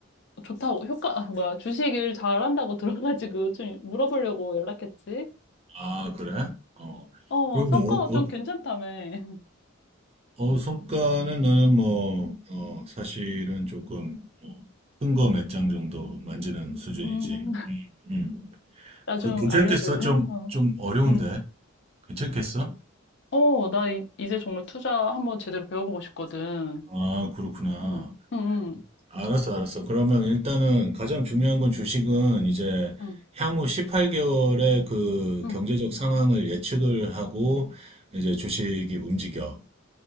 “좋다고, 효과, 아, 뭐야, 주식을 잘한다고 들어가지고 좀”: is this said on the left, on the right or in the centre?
Left